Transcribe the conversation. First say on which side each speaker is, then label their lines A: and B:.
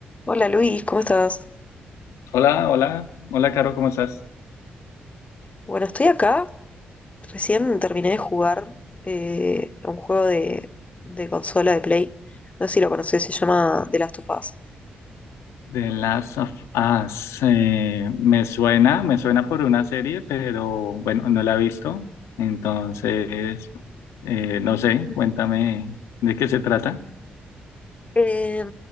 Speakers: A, on the left (about 30°); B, on the left (about 80°).
A: Hola Luis, ¿cómo estás?
B: Hola, hola, hola, Caro, ¿cómo estás?
A: Bueno, estoy acá. Recién terminé de jugar eh, a un juego de, de consola de Play. No sé si lo conoces, se llama The Last of Us.
B: The Last of Us. eh, me suena, me suena por una serie, pero bueno, no la he visto. Entonces, eh, no sé, cuéntame de qué se trata.
A: Eh,